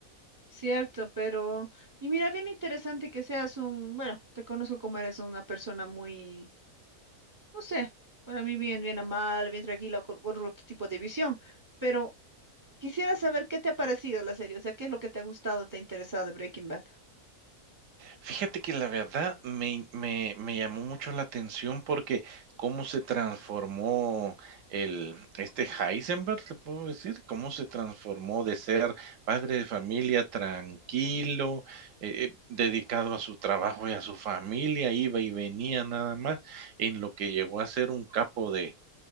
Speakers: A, on the right; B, on the right.
A: Cierto, pero, y mira, bien interesante que seas un, bueno, te conozco como eres una persona muy, no sé, para mí bien, bien amable, bien tranquila, con con otro tipo de visión, pero quisiera saber qué te ha parecido la serie, o sea, qué es lo que te ha gustado, te ha interesado de Breaking Bad.
B: Fíjate que la verdad me me me llamó mucho la atención porque cómo se transformó el este Heisenberg, ¿te puedo decir? Cómo se transformó de ser padre de familia tranquilo, eh eh, dedicado a su trabajo y a su familia, iba y venía nada más, en lo que llegó a ser un capo de